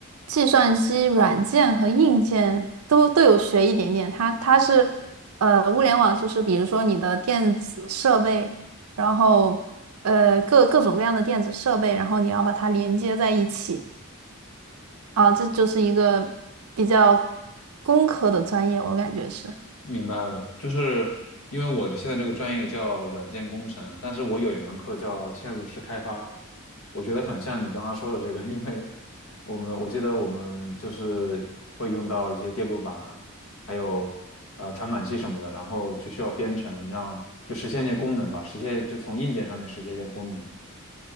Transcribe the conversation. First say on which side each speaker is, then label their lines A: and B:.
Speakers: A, on the right; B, on the left.
A: 计算机软件和硬件都都有学一点点。它它是呃，物联网就是比如说你的电子设备，然后呃各各种各样的电子设备，然后你要把它连接在一起啊，这就是一个比较工科的专业，我感觉是。
B: 明白了，就是因为我现在这个专业叫软件工程，但是我有一门课叫嵌入式开发，我觉得很像你刚刚说的这个，<laughs> 因为我们我记得我们就是会用到一些电路板啊还有呃传感器什么的，然后就需要编程让就实现一些功能吧，实现就从硬件上面实现一些功能。